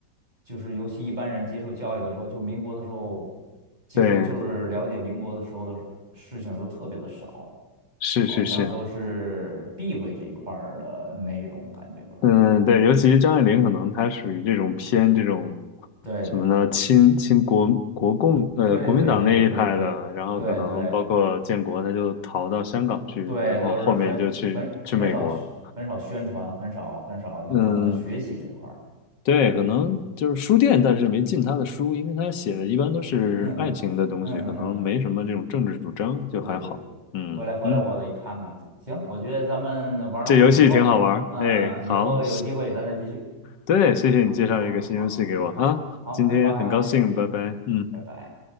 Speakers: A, on the right; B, on the left.
A: 就是尤其一般人接受教育的时候，就民国的时候接受就是了解民国的时候的事情都特别的少，
B: 对，是是是，
A: 好像都是避讳这一块儿的内容，感觉都是。
B: 嗯，对，尤其是张爱玲，可能她属于这种偏这种
A: 对对对对
B: 什么呢？亲亲国国共呃国民党那一派的，
A: 对对对对对对对对
B: 然后可能包括建国，她就逃到香港去，
A: 对，
B: 然后后面就去去美国了
A: 都是很很很少宣很少宣传，很少很少就让咱们学习这块儿。
B: 嗯，对，可能就是书店，但是没进她的书，因为她写的一般都是爱情的东西，
A: 嗯嗯嗯嗯嗯嗯，
B: 可能没什么这种政治主张，
A: 嗯
B: 就还好。
A: 对对对，
B: 嗯嗯。
A: 回来回来我得看看。行，我觉得咱们玩的还挺不错。
B: 这游戏挺好玩儿。
A: 嗯嗯，
B: 哎，好，
A: 以后有机会咱再继续。
B: 对，谢谢你介绍一个新游戏给我啊，
A: 好好好好好，
B: 今天很高兴，
A: 拜拜
B: 拜拜。嗯。
A: 拜拜。